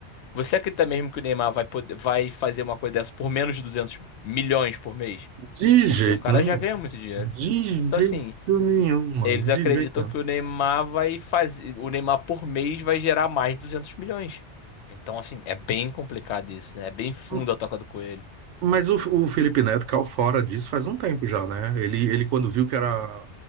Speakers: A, on the left (about 75°); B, on the right (about 85°).
A: Você acredita mesmo que o Neymar vai poder, vai fazer uma coisa dessa por menos de duzentos milhões por mês?
B: de jeito
A: Porque o cara
B: nenhum.
A: já ganha muito dinheiro.
B: De
A: Então,
B: jeito
A: assim,
B: nenhum, mano.
A: eles
B: De
A: acreditam
B: jeito nenhum.
A: que o Neymar vai fazer, o Neymar por mês vai gerar mais de 200 milhões. Então, assim, é bem complicado isso, né? É bem fundo
B: M-
A: a toca do coelho.
B: Mas o, o Felipe Neto caiu fora disso faz um tempo já, né? Ele, ele quando viu que era